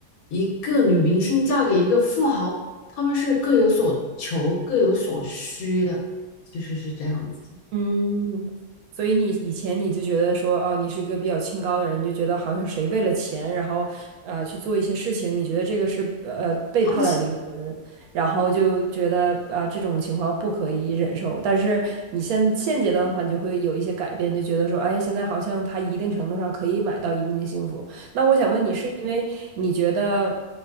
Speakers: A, on the left; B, on the right.
A: 一个女明星嫁给一个富豪，他们是各有所求、各有所需的。其实是这样子。
B: 嗯，所以你以前你就觉得说，哦，你是一个比较清高的人，你就觉得好像谁为了钱，然后啊呃去做一些事情，你觉得这个是呃背叛了灵魂，
A: 了不起的，
B: 然后就觉得啊、这种情况不可以忍受。但是你现现阶段的话，你就会有一些改变，就觉得说，哎，现在好像他一定程度上可以买到一定的幸福。那我想问你，是因为你觉得